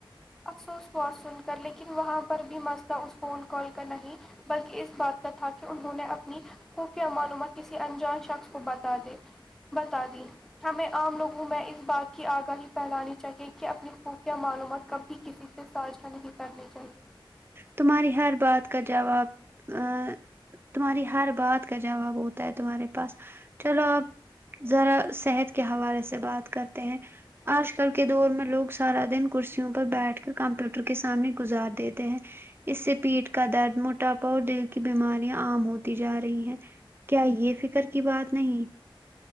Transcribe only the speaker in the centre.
افسوس ہوا سن کر لیکن وہاں پر بھی مسئلہ اس فون کال کا نہیں بلکی اس بات کا تھا کی انہوں نے اپنی کو کیا معلومات کسی انجان شخص کو بتا دے بتا دی ہمیں عام لوگوں میں اس بات کی اگاہی پھیلانی چاہیے کی اپنی خفیہ معلومات کبھی کسی سے سا جھا نہیں کرنی چاہیے